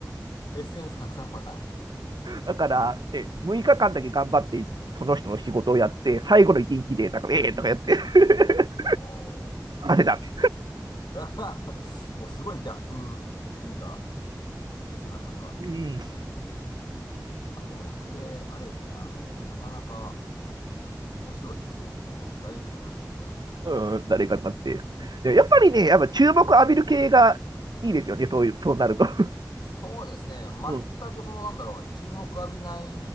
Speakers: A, on the left; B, on the right.
A: SNS 拡散パターン。
B: だから、で6日間だけ頑張って、その人の仕事をやって、最後の一日で、なんか、ええー、とかやって、<laughs>
A: おー
B: 任せたって。
A: <laughs> もうすごいギャップっていうか、ですな、それは。
B: うん、
A: あ、でも、それ、あれですね、あの、なかなか面白いですね、その、誰かになってみたらっていうのは。
B: <laughs> うん、誰かになって。やっぱりね、やっぱ注目浴びる系がいいですよね、そういう、そうなると。<laughs>
A: そうですね、全くその、
B: うん、
A: なんだろう、注目浴びない